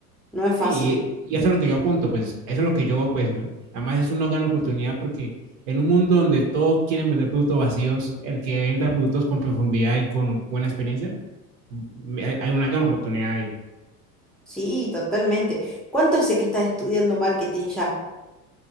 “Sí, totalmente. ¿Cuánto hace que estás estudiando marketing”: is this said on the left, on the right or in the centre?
Centre